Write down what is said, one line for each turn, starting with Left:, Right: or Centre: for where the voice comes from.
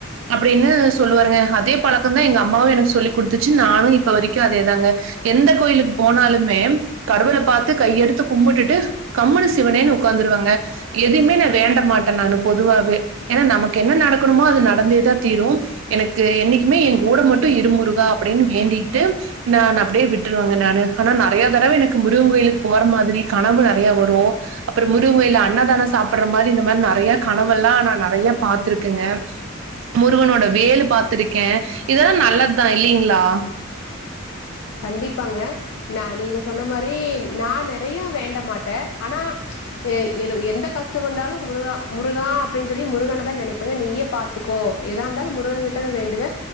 Right: அப்டின்னு சொல்லுவாருங்க அதே பழக்கந்தா எங்க அம்மாவு எனக்கு சொல்லி குடுத்துச்சு நானு இப்ப வரைக்கு அதேதாங்க எந்த கோயிலுக்கு போனாலுமே கடவுள பாத்து கையெடுத்து கும்புட்டுட்டு கம்முனு சிவனேனனு உக்காந்துருவங்க எதவுமே நா வேண்ட மாட்டே நானு பொதுவாவே ஏனா நமக்கு என்ன நடக்கணுமோ அது நடந்தேதா தீரு எனக்கு என்னைக்குமே எங் கூட மட்டு இரு முருகா அப்டின்னு வேண்டிட்டு நா அப்பிடியே விட்டுருவாங்க நானு ஆனா நறைய தடவ எனக்கு முருகன் கோயிலுக்கு போற மாதிரி கனவு நறைய வரு அப்புறோ முருககோயில்ல அன்னதானோ சாப்பட்றா மாதிரி இந்த மாதிரி நறைய கனவெல்லா நா நறையா பாத்துருக்கேங்க முருகனோட வேலு பாாத்திருக்கே இதெல்லா நல்லதுதா இல்லைங்களா
Left: கண்டிப்பாங்க நா நீங்க சொன்ன மாரி நா நெறைய வேண்ட மாட்டே அனா ஏ எதோ எந்த கஷ்டோ வந்தாலு முருக முருகா அப்படின்னு சொல்லி முருகனதா நெனைப்பங்க நீயே பாத் துக்கோ எதாருந்தாலு முருக கிட்டதா வேண்டுவ